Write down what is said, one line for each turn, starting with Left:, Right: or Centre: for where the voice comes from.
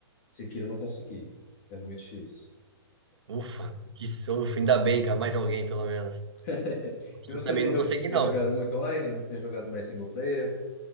Left: Sekiro eu não consegui. É muito difícil.
Right: Ufa, que sofro. Ainda bem, cara, mais alguém pelo menos.
Left: <laughs> E você
Right: Eu também
Left: tem,
Right: não
Left: jo-
Right: consegui,
Left: tem
Right: não.
Left: jogado muito online? Tem jogado mais single player?